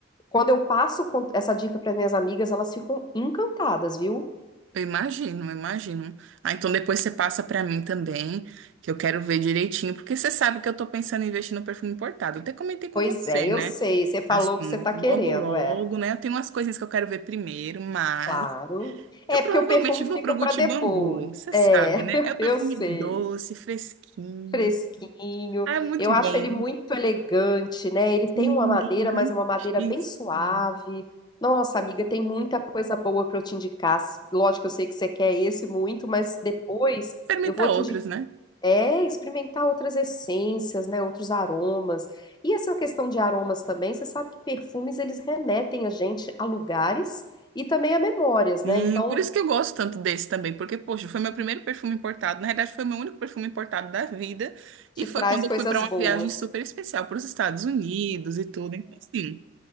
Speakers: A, on the left; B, on the right.
A: Quando eu passo con- essa dica para minhas amigas, elas ficam encantadas, viu?
B: Eu imagino, eu imagino. Ah, então depois você passa pra mim também, que eu quero ver direitinho, porque você sabe que eu tô pensando em investir no perfume importado. Eu até comentei com
A: Pois
B: você,
A: é, eu
B: né?
A: sei. Você falou
B: Assim,
A: o que você tá
B: logo
A: querendo,
B: logo,
A: é.
B: né? Eu tenho umas coisinhas que eu quero ver primeiro, mas
A: Claro.
B: eu
A: É
B: provavelmente
A: porque o perfume
B: vou
A: fica
B: pro
A: para
B: Gucci
A: depois.
B: Bambu, você
A: É,
B: sabe,
A: <laughs>
B: né? É o perfume
A: eu sei.
B: doce, fresquinho.
A: Fresquinho.
B: Ah, é muito
A: Eu
B: bom.
A: acho ele muito elegante, né? Ele
B: Sim,
A: tem uma madeira,
B: é elegantíssimo.
A: mas é uma madeira bem suave. Nossa, amiga, tem muita coisa boa para eu te indicar. Lógico, eu sei que você quer esse muito, mas depois
B: Experimentar
A: eu vou te
B: outros,
A: indicar.
B: né?
A: É, experimentar outras essências, né, outros aromas. E essa questão de aromas também, você sabe que perfumes eles remetem a gente a lugares e também a memórias,
B: E
A: né? Então,
B: por isso que eu gosto tanto desse também, porque, poxa, foi meu primeiro perfume importado. Na realidade, foi meu único perfume importado da vida. E
A: te
B: foi
A: traz
B: quando eu
A: coisas
B: fui para uma
A: boas.
B: viagem super especial para os Estados Unidos e tudo. Então, assim,